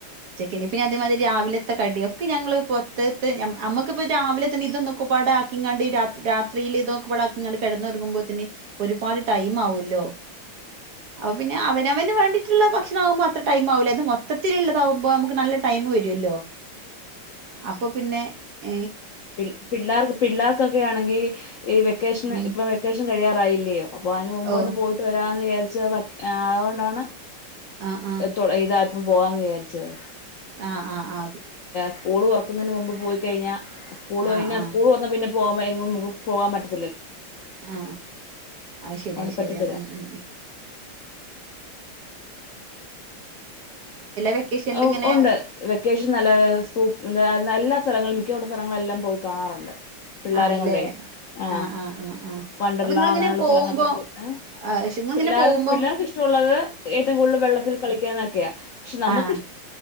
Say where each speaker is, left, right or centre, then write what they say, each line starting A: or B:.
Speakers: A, on the right (about 60°); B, on the left (about 85°).
A: ഇനിപ്പോ ഞാൻ അതേമാതിരി രാവിലെ ത്ത കടി ഒക്കെ ഞങ്ങൾ പോർത്ത്ത്ത് ഞ്ഞം അമ്മക്ക്‌പ്പോ രാവിലെ തന്നെ ഇതൊന്നുക്കുപ്പാടെ ആക്കിക്കാണ്ട് രാത് രാത്രിയിൽ ഇതൊക്കപ്പാടെ ആക്കിക്കാണ്ട് കിടന്ന് ഉറങ്ങുമ്പോത്തിന് ഒരുപാട് ടൈം ആവൊല്ലോ അപ്പൊ പിന്നെ അവനവന് വേണ്ടിട്ടുള്ള ഭക്ഷണം ആവുമ്പോ അത്ര ടൈം ആവുല ഇത് മൊത്തത്തിൽ ഇള്ളതാവുമ്പോ നമുക്ക് നല്ല ടൈം വരുമല്ലോ അപ്പൊ പിന്നെ ഏ
B: പിൽ പിള്ളാർക്ക് പിള്ളാർക്കൊക്കെയാണേങ്കിൽ ഈ വെക്കേഷന്
A: ഉം
B: ഇപ്പൊ വെക്കേഷൻ കഴിയാറാ ആയില്ലയോ അപ്പൊ അതിന് മുൻപ്
A: ഓ
B: ഒന്ന് പോയിട്ട് വരാന്ന് വിജാരി ച്ചവെക് അതോണ്ടാണ്
A: ആഹ് ആഹ്
B: എ തൊടങ്ങിത പോവാന്ന് വിജാരിച്ചത്
A: ആ ആ ആ
B: സ്കൂളു തൊറക്കുന്നതിന് മുമ്പ് പോയിക്കഴിഞ്ഞാൽ സ്കൂള് കഴിഞ്ഞാ
A: ആഹ് ആഹ്
B: സ്കൂള് തൊറന്നാ പിന്നെ പോകുമ്പോ എങ്ങും നമ്മക്ക് പോകാൻ പറ്റത്തി
A: ആ അത്ശരിയാ
B: അതുകൊണ്ട്
A: അത്‌ശരിയാ
B: പറ്റത്തില്ല
A: ഉം വെക്കേഷനിലും
B: ഒ
A: ഇങ്ങനെ
B: ഉണ്ട് വെക്കേഷന് നല്ല സൂ നല്ല സ്ഥലങ്ങളില് മിക്കയൊള്ളാ സ്ഥലങ്ങളെല്ലാം പോയി കാണാറൊണ്ട് പിള്ളേരെകൊണ്ടേ
A: ആണല്ലേ
B: ആ
A: ആഹ് ആഹ് ആഹ് ആഹ്
B: വണ്ടർലാ
A: അപ്പൊ നിങ്ങളിങ്ങനെ
B: അങ്ങനെയുള്ള
A: പോകുമ്പോ
B: സ്ഥലങ്ങളൊക്കെ പോയി ഏ
A: ആഹ് നിങ്ങളിങ്ങനെ
B: പിള്ളാർക്ക്
A: പോകുമ്പോ
B: പിള്ളാർക്ക് ഇഷ്ടമൊള്ളത് ഏറ്റവും കൂടുതൽ വെള്ളത്തിൽ കളിക്കാനാ ക്കെയാ പക്ഷേ നമു
A: ആ